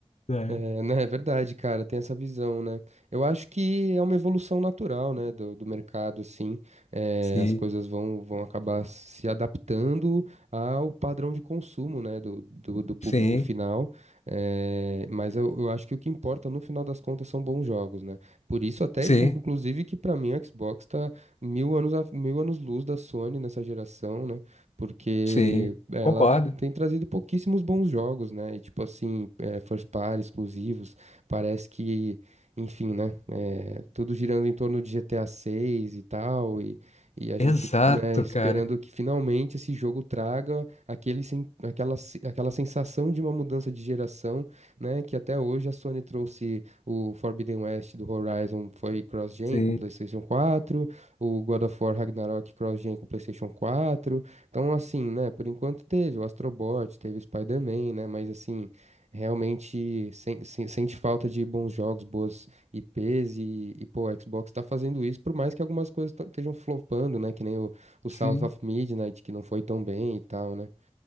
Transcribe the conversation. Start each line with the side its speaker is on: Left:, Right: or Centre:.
Left: É.
Right: É, né, é verdade, cara, tem essa visão, né? Eu acho que é uma evolução natural, né, do, do mercado, assim, É,
Left: Sim,
Right: as coisas vão, vão acabar se adaptando ao padrão de consumo, né, do, do, do público
Left: sim,
Right: final, É, mas eu, eu acho que o que importa, no final das contas, são bons jogos, né? Por isso até
Left: sim,
Right: que, inclusive, que pra mim o Xbox tá mil anos, a- mil anos luz da Sony nessa geração, né? Porque
Left: sim.
Right: ela
Left: Concordo.
Right: tem trazido pouquíssimos bons jogos, né? E tipo assim, é, first party, exclusivos, parece que, enfim, né? É, tudo girando em torno de GTA 6 e tal, e, e a gente,
Left: Exato,
Right: né, esperando
Left: cara.
Right: que finalmente esse jogo traga aquele, sen- aquela, se- aquela sensação de uma mudança de geração, né? Que até hoje a Sony trouxe o Forbidden West do Horizon, foi cross-gen
Left: Sim,
Right: com PlayStation 4, o God of War Ragnarok cross-gen com PlayStation 4. Então, assim, né, por enquanto teve o Astrobot, teve o Spider-Man, né, mas assim, realmente sen- sen- sente falta de bons jogos, boas IPs e, e pô, o Xbox tá fazendo isso, por mais que algumas coisas ta- estejam flopando, né, que nem o, o
Left: sim.
Right: South of Midnight, que não foi tão bem e tal, né.